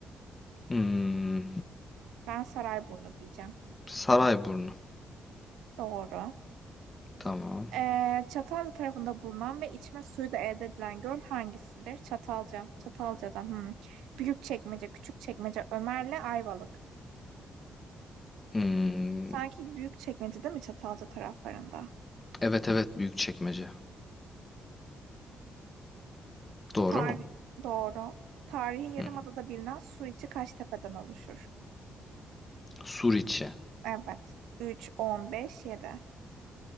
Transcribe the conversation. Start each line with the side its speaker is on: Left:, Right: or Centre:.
Left: Hmm,
Right: Ben saray burnu diyeceğim.
Left: Sarayburnu.
Right: Doğru.
Left: Tamam.
Right: Ee, Çatalca tarafında bulunan ve içme suyu da elde edilen göl hangisidir? Çatalca. Çatalca'da. Hmm. Büyükçekmece, Küçükçekmece, Ömer'le Ayvalık.
Left: Hmm,
Right: Sanki Büyükçekmece değil mi Çatalca taraflarında?
Left: evet, evet Büyükçekmece. Doğru
Right: Tarih
Left: mu?
Right: doğru. Tarihi Yarımada'da
Left: Hı.
Right: bilinen Suriçi kaç tepeden oluşur?
Left: Suriçi.
Right: Evet. 3, on beş, 7.